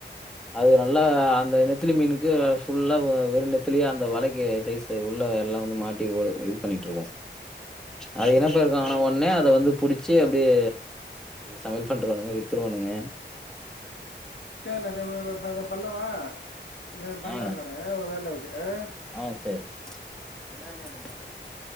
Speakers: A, in the centre; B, on the left.
A: அது நல்லா அந்த <unintelligible> மீனுக்கு ஃபுல்லா வெறு நெத்திலேயே அந் ந்த வலைக்கி சைஸ் உள்ள எல்லா வந்து மாட்டி இது பண்ணிட் ருக்கு அது
B: சரிண்ணே
A: என்ன போயிருக்ககனா
B: சரிண்ணே
A: உட்னே அத வந்து புடிச்சு அப்படியே சமையல் பண்றவானுங்க வி்த்றுவானுங்க
B: செர்ண்ண இத ப்பா பண்ணவா இதோ பண்றே
A: ஆ,
B: நானூ ஒரு வேலருக்கு ஆ
A: ஆ சரி <unintelligible>